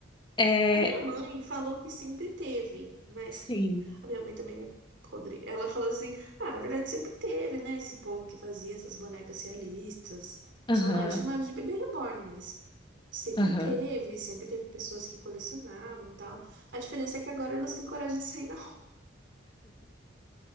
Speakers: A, on the left; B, on the right.
A: É,
B: A minha mãe falou que sempre teve, mas
A: sim.
B: a minha mãe também é podre. Ela falou assim: ah, na verdade sempre teve, né? Esse povo que fazia essas bonecas realistas.
A: Aham,
B: Só não era chamado de bebê reborn, mas sempre
A: aham.
B: teve, sempre teve pessoas que colecionavam e tal. A diferença é que agora elas têm coragem de sair na rua.